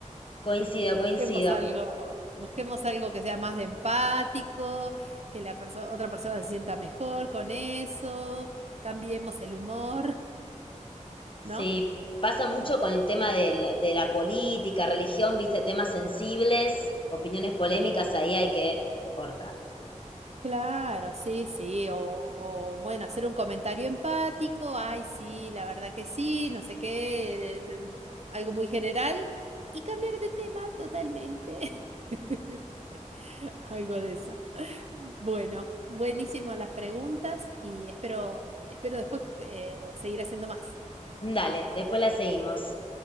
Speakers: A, on the left; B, on the right.
A: Coincido, coincido.
B: busquemos algo, busquemos algo que sea más de empático, que la perso- otra persona se sienta mejor con eso, cambiemos el humor,
A: Sí,
B: <laughs> ¿no?
A: pasa mucho con el tema de la, de la política, religión, viste, temas sensibles, opiniones polémicas, ahí hay que cortar.
B: Claro, sí, sí, o, o, bueno, hacer un comentario empático, ay, sí, la verdad que sí, no sé qué, eh, eh, algo muy general, y cambiar de tema totalmente. <laughs> Algo de eso. Bueno, buenísimo las preguntas y espero, espero después eh, seguir haciendo más.
A: Dale, después la seguimos.